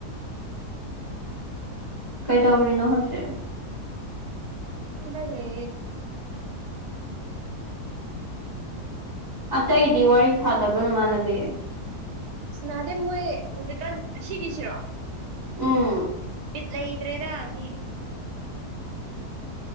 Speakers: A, on the right (about 20°); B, on the right (about 80°).
A: ꯀꯩꯗꯧꯔꯤꯅꯣ ꯍꯧꯖꯤꯛ
B: ꯑꯗꯂꯦ
A: ꯑꯇꯩꯗꯤ ꯋꯥꯔꯤ ꯁꯥꯗꯕ꯭ꯔ ꯅꯃꯥꯟꯅꯕꯤ
B: ꯁꯅꯥꯗꯦ ꯃꯣꯏ ꯍꯧꯖꯤꯀꯥꯟ ꯑꯁꯤꯒꯤꯒꯤꯁꯤꯔꯣ
A: ꯎꯝ
B: ꯄꯠ ꯂꯩꯗ꯭ꯔꯦꯗ ꯃꯤ